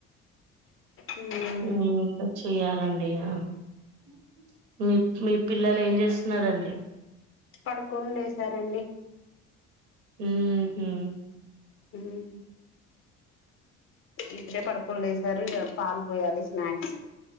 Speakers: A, on the left; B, on the right.
A: ఉమ్
B: ఏంటో చెయ్యాలండి ఇగ మీ పిల్లలు ఏం చేస్తున్నారండి
A: పడుకొని లేసారండి
B: ఉహూ
A: ఉమ్ ఇప్పుడే పడుకోనీ లేసారు ఇక పాలు పోయాలి స్నాక్స్